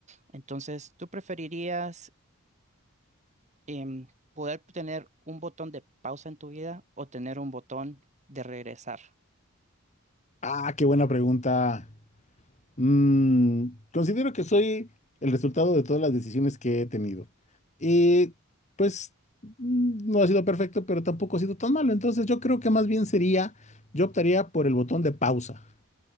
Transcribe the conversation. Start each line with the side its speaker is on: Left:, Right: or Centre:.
Right: Entonces, ¿tú preferirías em, poder tener un botón de pausa en tu vida o tener un botón de regresar?
Left: Ah, qué buena pregunta. Mm, considero que soy el resultado de todas las decisiones que he tenido. Y pues mm, no ha sido perfecto, pero tampoco ha sido tan malo. Entonces yo creo que más bien sería, yo optaría por el botón de pausa,